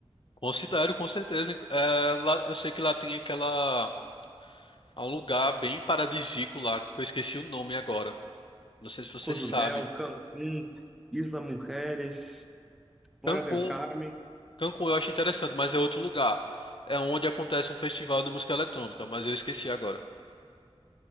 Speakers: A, on the left (about 55°); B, in the centre.
A: Considero, com certeza. É, lá, eu sei que lá tem aquela, há um lugar bem paradisíaco lá, que eu esqueci o nome agora. Não sei se você
B: Cozumel,
A: sabe.
B: Cancún, Isla Mujeres, Playa
A: Cancún.
B: del Carmen.
A: Cancún eu acho interessante, mas é outro lugar. É onde acontece um festival de música eletrônica, mas eu esqueci agora.